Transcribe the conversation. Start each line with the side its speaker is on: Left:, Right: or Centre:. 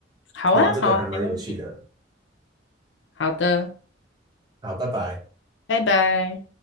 Left: 好啊，
Right: 聊这个还蛮有趣的。
Left: 好啊，没问题，好的，
Right: 好，拜拜。
Left: 拜拜。